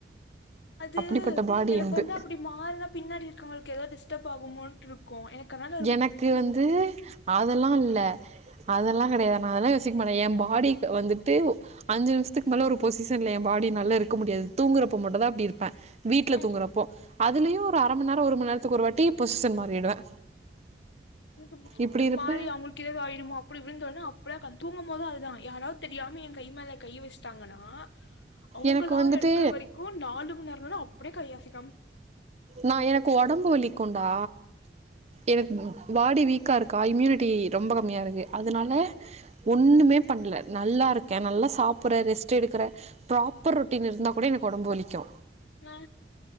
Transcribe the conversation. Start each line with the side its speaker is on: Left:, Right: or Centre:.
Left: அது
Right: அப்படிப்பட்ட பாடி
Left: எனக்கு
Right: என்து
Left: வந்து அப்டி மாற்னா பின்னாடி இருக்கவங்களுக்கு எதாவது டிஸ்டப் ஆகுமோன்ருக்கூ எனக் அதனா
Right: எனக்கு வந்து அதெலா இல்ல அதெல்லா கெடையாது நா அதெல்லா யோசிக்க மாட்டே ஏ பாடிக் வந்துட்டு அஞ்சு நிமிஷ்துக்கு மேல ஒரு பொசிஷன்ல ஏ பாடிநாலா இருக்க முடியாது தூங்குறப்ப மட்டுதா அப்டி இருப்ப வீட்ல
Left: ம்
Right: தூங்குறப் போ அதுலயு ஒரு அரை மண் நேரோ ஒரு மண் நேரத்துக்கு ஒரு வாட்டி பொசிஷன் மாறிடுவே
Left: <unintelligible> எனக்கு
Right: இப்டி இருப்பே
Left: மாரி அமுல் கி ஏதாவது ஆயிடுமோ அப்டி இப்டி தோணு அப்டியே தூங்கும் போது அதுதா யாராது தெரியாம எ கை மேல கை வச்சி ட்டாங்கன்னா அவங்களா
Right: எனக்கு வந்துட்டு
Left: எடுக்கிற வரைக்கு நாலு மந்நேர கூட அப்டியே கையசை
Right: நா எனக்கு ஒடம்பு வலிக்கொண்டா எனக்கு பாடி வீக்கா இருக்கு கா இம்யூனிட்டி ரொம்ப கம்மியா இருக்குது அதனால ஒண்ணுமே பண்ணல நல்லாருக்கே நல்லா சாப்புட்றே ரெஸ்ட் எடுக்கிறே ப்ராப்பர் ரொட்டீன் இருந்தா கூட எனக்கு ஒடம்பு வலிக்கு
Left: ஆ